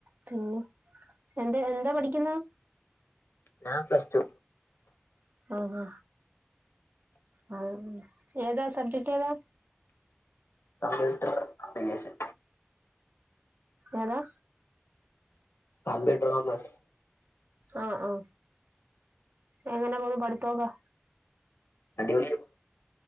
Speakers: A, on the right (about 50°); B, on the left (about 75°).
A: പിന്നെ എന്ത എന്താ പഠിക്കുന്നേ
B: ഞാൻ പ്ലസ് ടു
A: ആ ഹ് ആ ഏതാ സബ്ജക്ട് ഏതാ
B: കംമ്പ്യൂട്ടർ അപ്ലിക്കേഷൻ
A: ഏതാ
B: കമ്പ്യൂട്ടർ ഒമേസ്
A: ആ ആ എങ്ങനെ പോകുന്നു പഠിത്തോക്കെ
B: അടിപൊളില്